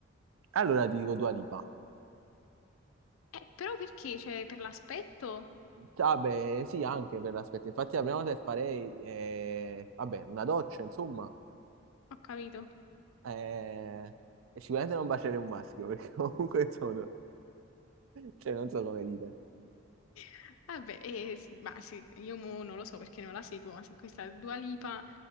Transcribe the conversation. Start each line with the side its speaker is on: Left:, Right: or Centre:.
Right: Allora ti dico Dua Lipa.
Left: Eh, però perché? Cioè, per l'aspetto?
Right: Vabbè, sì, anche per l'aspetto. Infatti la prima cosa che farei è, vabbè, una doccia, insomma,
Left: Ho capito.
Right: eh, e sicuramente non baciare un maschio, <laughs> perché comunque sono, cioè non so come dire.
Left: <laughs> Vabbè, eh, s- ma sì, io mo non lo so perché non la seguo, ma se questa Dua Lipa